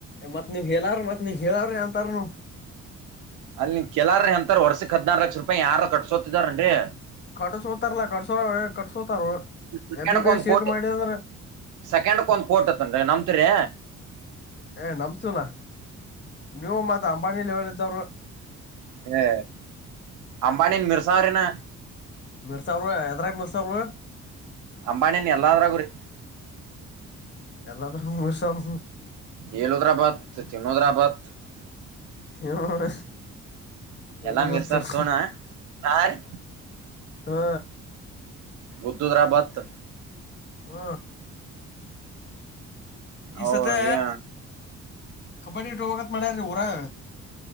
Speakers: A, on the left (about 35°); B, on the right (about 80°).
A: ಮತ್ ನೀವ ಹೇಳಾರ್ರು ಮತ್ ನೀವ ಹೇಳಾರ್ ಅಂತಾರನು
B: ಅಲ್ಲಿ ಕೆಲಾರ ಎಂತಾರ ವರ್ಷಕ್ ಹದಿನಾರು ಲಕ್ಷ ರೂಪಾಯಿ ಯಾರ ಕಟ್ಸೋತಿದಾರನ್ರೇರಿ
A: ಕಟ್ಸತಾರಲ್ಲಾ ಕಟ್ಸೋ ಕಟ್ಸತಾರ
B: ಸೆಕೆಂಡ್ಕ್
A: ಎಮಂಬಿಬಿಎಸ್
B: ಒಂದ್ ಕೋಟಿ
A: ಏತ್ ಮಾಡಿದ ಅಂದ್ರ
B: ಸೆಕೆಂಡ್ಕ್ ಒಂದ್ ಕೋಟತ್ತನ್ರಿ ನಮ್ತರಿ
A: ಏ ನಂಬ್ತಿವೋಲೇ ನೀವು ಮತ್ತ್ ಅಂಬಾನಿ ಲೆವೆಲ್ ಇದ್ದಾವರು
B: ಹೇ ಅಂಂಬಾನಿ ಮರಸಾವಿನಾ
A: ಮಿರ್ಸಾವಿರ ಎದ್ರಾಗ ಮಿರ್ಸಾವಿರ
B: ಅಂಬಾನಿಯ ನೀ ಎಲ್ಲಾದ್ರ ಗುರಿ
A: ಎಲ್ಲಾದರಗೂ ಉರುಸಾವ
B: ಏಳ ಹೋದ್ರಾಬಾತ್ ತಿನ್ ಹೋದ್ರಾಬಾತ್
A: ಹು ಹು
B: ಎಲ್ಲಾ
A: ಎಲ್ಲೋ ಹೋಗಿತಿರಿ
B: ಮೀರ್ಸಾರ್ ತೋಣ ನಾರಿ
A: ಹಾ
B: ಗು್ದ್ ದ್ರಾಬಾತ್
A: ಹು ಈ
B: ಅವ್ರ
A: ಸತೇ
B: ಏ
A: ಕಬಡ್ಡಿ ಇಟ್ಟ ಹೋಗತ್ ಮ್ಯ್ರಿ ಊರಗ